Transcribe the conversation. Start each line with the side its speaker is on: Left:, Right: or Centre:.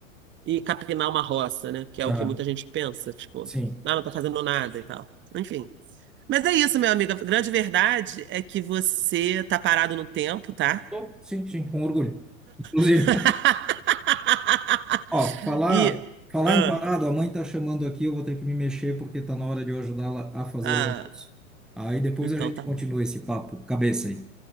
Right: ir capinar uma roça, né? Que é
Centre: Aham.
Right: o que muita gente pensa, tipo,
Centre: Sim.
Right: ah, não tá fazendo nada e tal. Enfim. Mas é isso, meu amigo. A grande verdade é que você tá parado no tempo, tá?
Centre: Tô, Sim, sim, com orgulho. Inclusive.
Right: <laughs>
Centre: Ó, falar,
Right: E.
Centre: falar
Right: Ah,
Centre: em parado, a mãe tá chamando aqui, eu vou ter que me mexer porque tá na hora de eu ajudá-la a fazer
Right: ah,
Centre: o almoço. Aí depois
Right: então
Centre: a gente
Right: tá
Centre: continua
Right: bom.
Centre: esse papo cabeça aí,